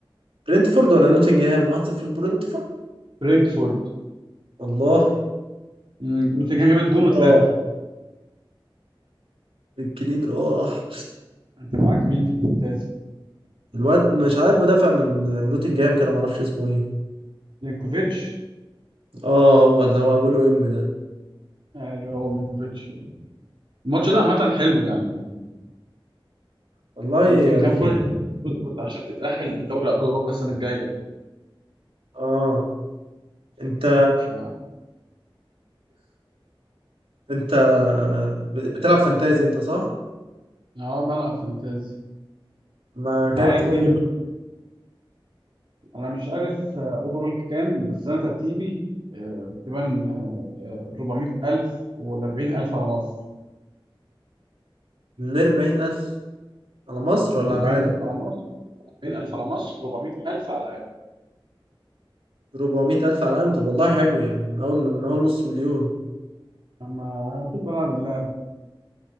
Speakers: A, on the right; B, on the right.
A: برنتفورد ولا نوتنجهام 1-0 برنتفورد
B: برنتفورد
A: والله
B: أمم، نوتنجهام جابت
A: الكلين
B: جون واتلغى
A: راح الكلين راح
B: انت معاك مين في الفانتازي؟
A: الواد مش عارف مدافع من نوتنجهام كده معرفش اسمه ايه
B: لينكوفيتش
A: اه هو اللي هو أوله إم ده
B: ايوه هو مينكوفيتش الماتش ده عامة حلو يعني
A: والله
B: نوتنجهام
A: يعني
B: فورست برضه بتفوز عشان تتأهل لدوري أبطال أوروبا السنة الجاية
A: اه انت
B: ف
A: انت بتلعب فانتازي انت صح؟
B: اه بلعب فانتازي
A: ما جايب
B: معايا اتنين
A: اوفر
B: من انا مش عارف اوفرول كام بس انا ترتيبي آه، تقريبا آه، آه، 400000 ولا 40000 على مصر
A: ل 40000 على مصر
B: آه،
A: ولا
B: 40000
A: على العالم؟
B: على مصر 40000 على مصر 400000 على العالم
A: 400 ألف على العالم طب والله حلو يعني من أول من أول نص مليون
B: اما طول بلعب اللعب